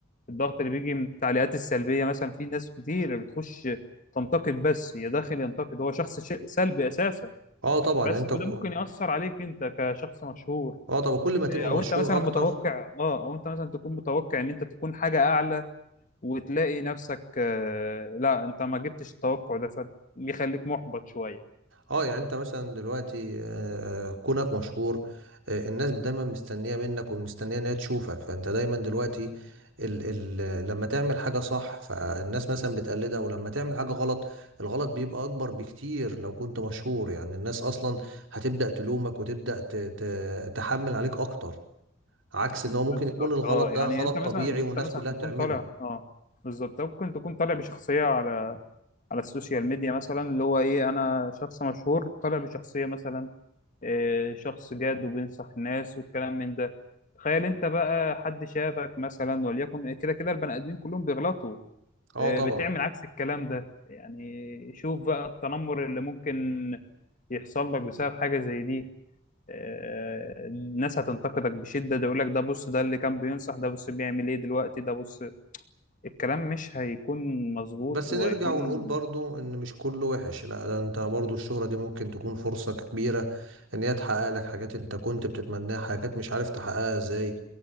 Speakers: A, on the left; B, on the right.
A: الضغط اللي بيجي من التعليقات السلبية مثلا في ناس كتير بتخش تنتقد بس يا داخل ينتقد هو شخص ش- سلبي أساسا
B: اه طبعا
A: بس
B: يعني انت
A: وده
B: ك-
A: ممكن يأثر عليك أنت كشخص مشهور
B: اه طبعا كل ما
A: آه،
B: تبقى مشهور
A: أو أنت مثلا
B: اكتر
A: متوقع أه أو أنت مثلا تكون متوقع إن أنت تكون حاجة أعلى وتلاقي نفسك آه، لا أنت ما جبتش التوقع ده فبيخليك محبط شوية
B: اه يعني انت مثلا دلوقتي آه، آه، كونك مشهور آه، الناس دايما مستنيه منك ومستنيه ان هي تشوفك فانت دايما دلوقتي ال ال لما تعمل حاجه صح فالناس مثلا بتقلدها ولما تعمل حاجه غلط الغلط بيبقى اكبر بكتير لو كنت مشهور يعني الناس اصلا هتبدا تلومك وتبدا ت ت تحمل عليك اكتر عكس ان هو ممكن
A: بالظبط
B: يكون الغلط
A: اه
B: ده
A: يعني
B: غلط
A: انت مثلا
B: طبيعي
A: انت
B: والناس
A: مثلا
B: كلها
A: تكون
B: بتعمله
A: طالع اه بالظبط ممكن تكون طالع بشخصيه على على السوشيال ميديا مثلا اللي هو ايه انا شخص مشهور طالع بشخصيه مثلا إيه شخص جاد وبينصح الناس والكلام من ده تخيل انت بقى حد شافك مثلا وليكن كده كده البني ادمين كلهم بيغلطوا
B: اه
A: إيه
B: طبعا
A: بتعمل عكس الكلام ده يعني شوف بقى التنمر اللي ممكن يحصل لك بسبب حاجه زي دي آه، الناس هتنتقدك بشدة ده يقول لك ده بص ده اللي كان بينصح ده بص بيعمل ايه دلوقتي ده بص الكلام مش هيكون مظبوط
B: بس
A: وهيكون
B: نرجع ونقول برضو ان مش كله وحش لا ده انت برضو الشهرة دي ممكن تكون فرصة كبيرة ان هي تحقق لك حاجات انت كنت بتتمناها حاجات مش عارف تحققها ازاي